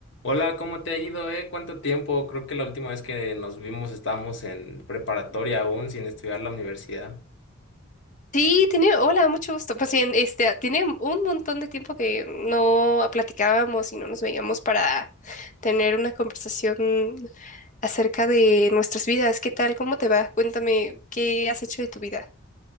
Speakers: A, on the left; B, on the left.
A: Hola, ¿cómo te ha ido, eh? ¿Cuánto tiempo? Creo que la última vez que nos vimos estábamos en preparatoria aún sin estudiar la universidad.
B: Sí, tiene, hola, mucho gusto. Pues bien, este, ah, tiene un montón de tiempo que no platicábamos y no nos veíamos para tener una conversación acerca de nuestras vidas. ¿Qué tal? ¿Cómo te va? Cuéntame, ¿qué has hecho de tu vida?